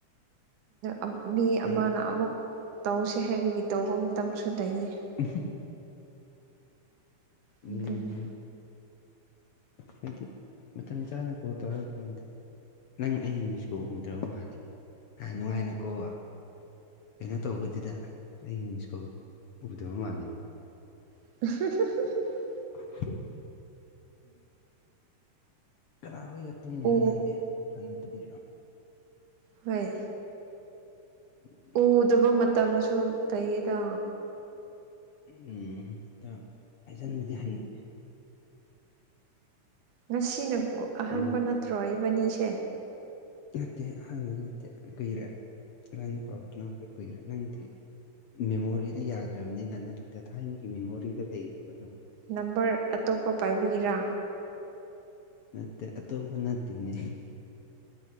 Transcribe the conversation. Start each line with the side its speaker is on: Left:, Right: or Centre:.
Right: ꯑꯗꯣ ꯃꯤ
Left: ꯑꯩ
Right: ꯑꯃꯅ ꯑꯃꯨꯛ ꯇꯧꯁꯦ ꯍꯥꯏꯕꯒꯤ ꯇꯧꯕ ꯃꯇꯝꯁꯨ ꯂꯩꯌꯦ
Left: ꯎ <unintelligible> ꯎꯝ
Right: ꯑꯗꯨꯅ
Left: ꯍꯥꯏꯗꯤ ꯃꯇꯝ ꯆꯥꯅ ꯀꯣꯜ ꯇꯧꯔꯄꯤꯕꯅꯤꯗ ꯅꯪ ꯑꯩ ꯃꯤꯁ ꯀꯣꯜ ꯎꯗ꯭ꯔꯕ ꯃꯥꯜꯂꯦ ꯍ ꯅꯨꯡꯉꯥꯏꯅꯀꯣ ꯀꯩꯅꯣ ꯇꯧꯕꯗꯨꯗ ꯑꯩ ꯃꯤꯁꯀꯣꯜ ꯎꯗꯕ ꯃꯥꯜꯂꯦꯕ
Right: <unintelligible>
Left: <unintelligible> ꯀꯅꯥ ꯍꯣꯏꯒ ꯇꯨꯝꯃꯤꯔ
Right: ꯎ
Left: ꯅꯪꯗꯤ ꯅꯊꯟꯗ ꯇꯨꯝꯃꯤꯔꯣ
Right: ꯍꯣꯏ
Left: <unintelligible>
Right: ꯎꯗꯕ ꯃꯇꯝꯁꯨ ꯂꯩꯌꯦꯗ
Left: ꯎꯝ ꯑꯗꯣ ꯍꯥꯏꯖꯟꯕꯗꯤ ꯍꯩꯕꯅꯦ
Right: ꯉꯁꯤꯅꯕꯨ ꯑꯍꯥꯟꯕ
Left: ꯅꯣꯏ
Right: ꯅꯠꯇ꯭ꯔꯣ ꯏꯕꯅꯤꯁꯦ
Left: ꯅꯠꯇꯦ ꯑꯍꯥꯟꯕ ꯅꯠꯇꯦ ꯀꯨꯏꯔꯦ ꯏꯕꯥꯅꯤ ꯄꯥꯎ ꯐꯥꯎꯅꯔꯛꯄ ꯀꯨꯏꯔꯦ ꯅꯪꯗꯤ ꯃꯦꯃꯣꯔꯤꯗꯤ ꯌꯥꯗ꯭ꯔꯕꯅꯤꯅ ꯅꯪꯗꯣ ꯊꯥꯏꯅꯒꯤ ꯃꯦꯃꯣꯔꯤꯗꯨ ꯂꯩꯔꯤꯕ ꯅꯪ
Right: ꯅꯝꯕꯔ ꯑꯇꯣꯞꯄ ꯄꯥꯏꯕꯒꯤꯔꯥ
Left: ꯅꯠꯇꯦ ꯑꯇꯣꯞꯄ ꯅꯠꯇꯦꯅꯦ